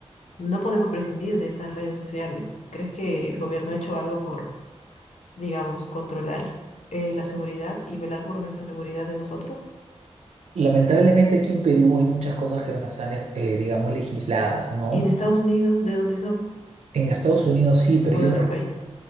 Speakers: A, on the left; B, on the right.
A: no podemos prescindir de estas redes sociales. ¿Crees que el gobierno ha hecho algo por, digamos, controlar eh, la seguridad y velar por nuestra seguridad de nosotros?
B: Lamentablemente aquí en Perú hay muchas cosas que no están, eh, digamos, legisladas, ¿no?
A: ¿Y en Estados Unidos, de dónde son?
B: En Estados Unidos sí, pero
A: ¿O
B: ellos
A: de otro país?